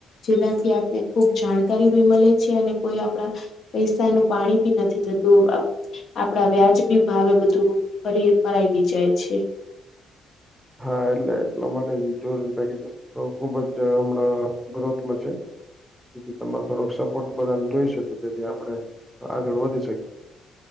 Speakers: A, on the left; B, in the centre.
A: જેનાથી આપને ખુબ જાણ કારી બી મલે છે અને કોઈ આપણા પૈસાનું પાણી બી નથી થતું. આમ આપડા વ્યાજબી ભાવે બધું ફરી ફરાય બી જાય છે.
B: હા, એટલે એટલા માટે જ ટૂર એન્ડ પેકેજિસ તો ખુબ જ હમણાં ગ્રોથમાં છે. જેથી તમારો થોડોક સપોર્ટ બધાને જોઈશે તો તેથી આપણે આગળ વધી શ